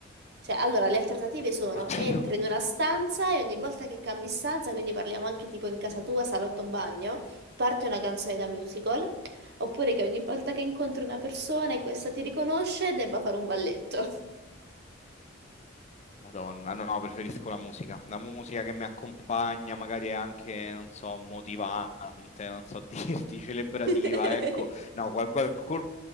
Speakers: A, on the right; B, on the left.
A: Cioè, allora, le alternative sono
B: Oddio.
A: entri in una stanza e ogni volta che cambi stanza, quindi parliamo anche tipo in casa tua, salotto, bagno, parte una canzone da musical, oppure che ogni volta che incontri una persona e questa ti riconosce, debba fare un balletto.
B: Madonna, no, preferisco la musica. La musica che mi accompagna, magari è anche, non so, motivante, non so <laughs> dirti, celebrativa,
A: <laughs>
B: ecco. No, qual- qualcuno